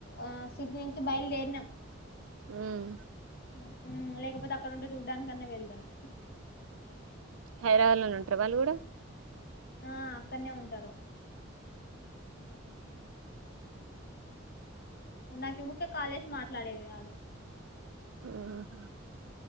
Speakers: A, on the left; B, on the right.
A: ఆ సిటీ నుంచి బయలుదేరినాం
B: ఉమ్
A: మ్మ్ లేకపోతే అక్కడ ఉంటే చూడ్డానికన్నా వెల్దును
B: హైదరాబాద్ లోనే ఉంటారు వాళ్ళు కూడా
A: ఆ అక్కడనే ఉంటారు ఇందాక ఎందుకో కాల్ చేసినావ్ మాట్లాడేది కాదు
B: హ్మ్